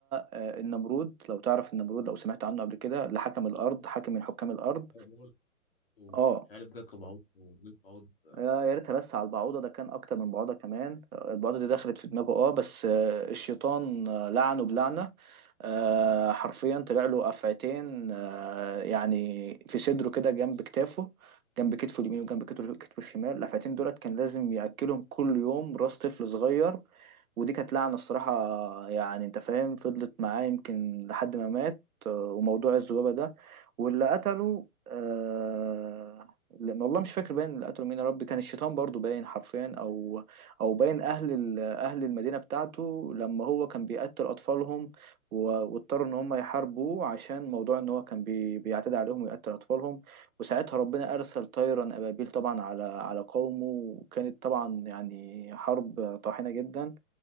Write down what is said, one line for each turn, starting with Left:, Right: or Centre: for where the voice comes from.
Right: آه، النمرود لو تعرف النمرود لو سمعت عنه قبل كده اللي حكم الأرض حاكم من حكام الأرض
Left: الرجل ومش
Right: اه
Left: عارف جات له بعوض وجيت بعوض آه.
Right: يا يا ريتها بس على البعوضة ده كان أكتر من بعوضة كمان البعوضة دي دخلت في دماغه اه بس آه، الشيطان آه، لعنه بلعنة آه، حرفيا طلع له أفعتين آه، يعني في صدره كده جنب كتافه جنب كتفه اليمين وجنب كتفه كتفه الشمال الأفعتين دولت كان لازم يأكلهم كل يوم راس طفل صغير ودي كانت لعنة الصراحة يعني انت فاهم فضلت معاه يمكن لحد ما مات آه، وموضوع الذبابة ده واللي قتله آه، لأن والله مش فاكر باين اللي قتلوا مين يا رب كان الشيطان برضو باين حرفيا او او باين اهل ال- اهل المدينه بتاعته لما هو كان بيقتل اطفالهم و- واضطر ان هم يحاربوه عشان موضوع ان هو كان بي بيعتدي عليهم ويقتل اطفالهم وساعتها ربنا ارسل طيرا ابابيل طبعا على على قومه وكانت طبعا يعني حرب طاحنه جدا